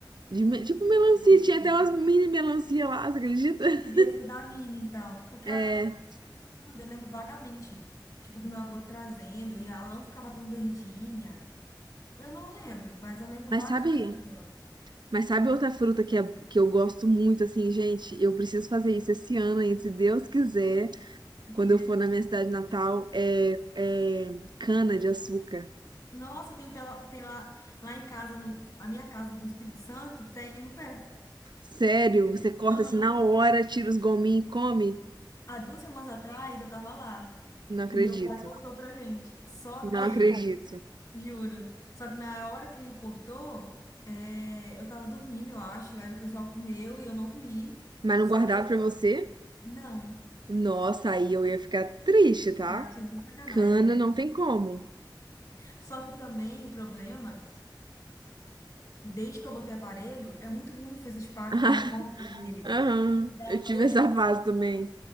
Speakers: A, on the right (about 65°); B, on the left (about 50°).
A: de me- tipo melancia,
B: melancia.
A: tinha até umas mini melancia lá, você acredita? <laughs>
B: Devia ser da mini, então. Porque
A: É,
B: agora eu lembro vagamente, tipo, do meu avô trazendo e ela não ficava tão verdinha. Eu não lembro, mas eu lembro
A: mas
B: vagamente
A: sabe,
B: agora.
A: mas sabe outra fruta que, é, que eu gosto muito, assim, gente? Eu preciso fazer isso esse ano ainda, se Deus quiser.
B: Por
A: quando
B: quê?
A: eu for na minha cidade natal, é, é cana de açúcar.
B: Nossa, tem, pela, tem lá, lá em casa, no, a minha casa do Espírito Santo, tem o pé.
A: Sério, você corta
B: Aham.
A: assim na hora, tira os gominhos e come?
B: Há duas semanas atrás eu tava lá.
A: Não acredito.
B: E meu pai cortou pra gente. Só
A: Não
B: que,
A: acredito.
B: juro, só que na hora que ele cortou, é, eu tava dormindo, eu acho. Aí o pessoal comeu e eu não comi.
A: Mas não
B: Só
A: guardado
B: que,
A: pra você?
B: não,
A: Nossa, aí eu ia ficar triste, tá?
B: eu achei muito sacanagem,
A: Cana
B: né?
A: não tem como.
B: Só que também o problema, desde que eu botei aparelho, é muito ruim fazer chupacana
A: <laughs>
B: com o aparelho.
A: Aham,
B: Então,
A: eu tive
B: Eu,
A: essa
B: tipo.
A: fase também.